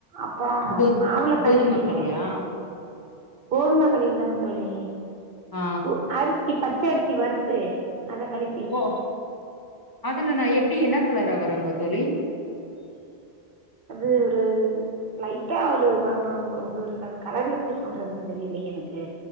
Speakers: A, on the right; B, on the left.
A: அப்பரோம்
B: கோது
A: மாவுல களி
B: கோதும
A: செய்வோம்
B: களியா
A: கோதும களி இல்லங்க தோழி
B: ஆ
A: பு அரிசிப் பச்சரிசி வறுத்து அத களிப்
B: ஓ அதுல நா எப்டி என்ன கலரா வருங்க தோழி
A: அது ஒரு லைட்டா ஒரு ம ம ஒரு அது கலரு எப்டி சொல்றதுன் தெரிலயே எனக்கு